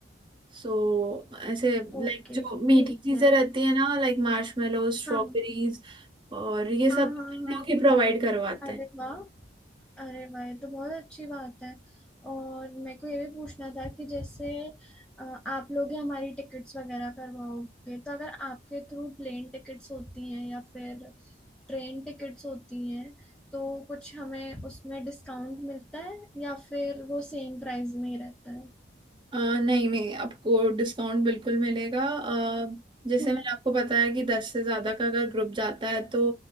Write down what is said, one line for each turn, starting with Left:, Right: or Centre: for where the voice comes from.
Right: सो ऐसे लाइक
Centre: ओके
Right: जो मीठी
Centre: ठीक
Right: चीजें
Centre: है
Right: रहती है ना लाइक मार्शमेलो स्ट्रॉबेरीज
Centre: हाँ
Right: और ये सब
Centre: हाँ हाँ
Right: हम
Centre: हाँ
Right: लोग ही प्रोवाइड
Centre: हाँ।
Right: करवाते
Centre: अरे
Right: हैं
Centre: वाह अरे वाह ये तो बहुत अच्छी बात है और मेरे को ये भी पूछना था कि जैसे अ, आप लोग ही हमारी टिकट्स वगैरह करवाओगे तो अगर आपके थ्रू प्लेन टिकट्स होती हैं या फिर ट्रेन टिकट्स होती हैं तो कुछ हमें उसमें डिस्काउंट मिलता है या फिर वो सेम प्राइस में ही रहता है
Right: आ, नहीं नहीं आपको डिस्काउंट बिल्कुल मिलेगा आ, जैसे
Centre: हम्म
Right: मैंने आपको बताया कि दस से ज़्यादा का अगर ग्रुप जाता है तो